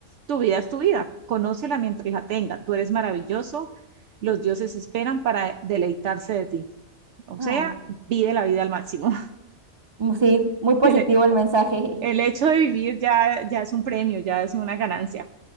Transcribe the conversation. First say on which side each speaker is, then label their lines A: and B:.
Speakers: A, on the right; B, on the right.
A: Tu vida es tu vida. Conócela mientras la tenga. Tú eres maravilloso. Los dioses esperan para deleitarse de ti. O
B: No.
A: sea, vive la vida al máximo. <laughs>
B: Mm, Sí, muy positivo
A: El,
B: el mensaje.
A: el hecho de vivir ya, ya es un premio, ya es una ganancia.